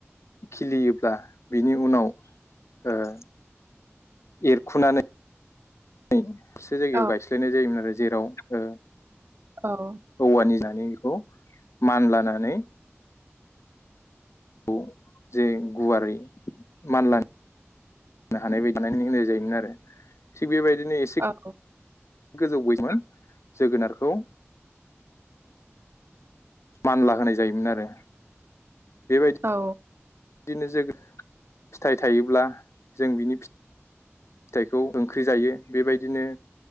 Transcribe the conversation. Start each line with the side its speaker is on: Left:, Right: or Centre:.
Left: खिलियोब्ला बिनि उनाव ओ एरखुनानै नै दाबसे जायगायाव
Right: औ
Left: गायस्लायनाय जायोमोन आरो । जेराव ओ
Right: औ औ
Left: औवानि जानि खौ मानलानानै खौ जे गुवारै मानलानि <unintelligible> होननाय जायोमोन आरो थिग बेबायदिनो एसे
Right: औ
Left: गोजौ <unintelligible> जोगोनारखौ मानला होनाय जायोमोन आरो बेबायदि
Right: औ
Left: बिदिनो जो फिथाइ थायोब्ला जों बिनि फिथाइखौ ओंख्रि जायो बेबायदिनो